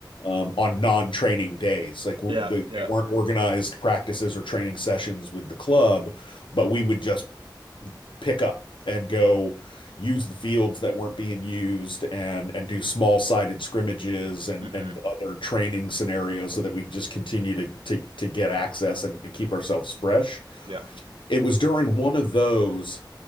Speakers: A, on the left; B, on the right.
A: um, on non-training days. Like w
B: Yeah.
A: the, they
B: Yeah.
A: weren't organized practices or training sessions with the club, but we would just pick up and go use the fields that weren't being used and and do small sided scrimmages and
B: hmm
A: and other training scenarios so that we just continue to to to get access and, and keep ourselves fresh.
B: Yeah.
A: It was during one of those